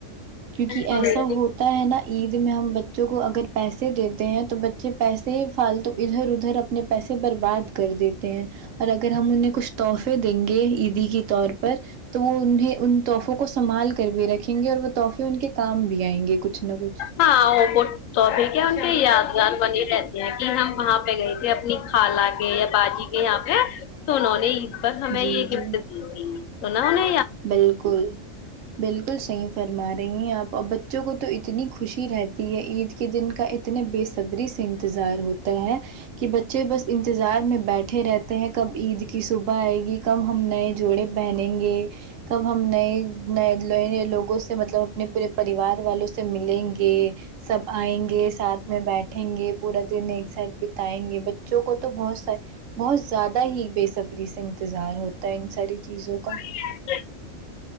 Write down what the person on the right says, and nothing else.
کیونکہ
ایسا ہو تا ہے نا عید میں ہم بچوں کو اگر پیسے دیتے ہیں تو بچے پیسے فالتو ادھر ادھر اپ نے پیسے برباد کر دیتے ہیں اور اگر ہم انہیں کچھ تحفے دیں گے عیدی کے طور پر تو وہ انہیں ان تحفوں کو سنبھال کر بھی رکھیں گے اور وہ تحف فے ان کے کام بھی آئیں گے کچھ نہ کچھ
جی
جی
بالکل بالکل صحیح فرما رہی ہیں آپ اب بچوں کو تو اتنی خوشی رہتی ہے عید کے دن کا اتنے بے صبری سے انتظار ہوتا ہے کہ بچے بس انتظار میں بیٹھے رہ کہیں کب عید کی صبح آئے گی کب ہم نئے جوڑے پہنیں گے کب ہم نئے ن نئے نئے لوگوں سے مطلب اپنے پورے پریوار والوں سے ملیں گے سب آئیں گے ساتھ میں بیٹھیں گے پورا دن ایک ساتھ بی تائیں گے بچوں کو تو بہت س بہت زیادہ ہی بے صبری سے انتظار ہوتا ہے ان ساری چیزوں کا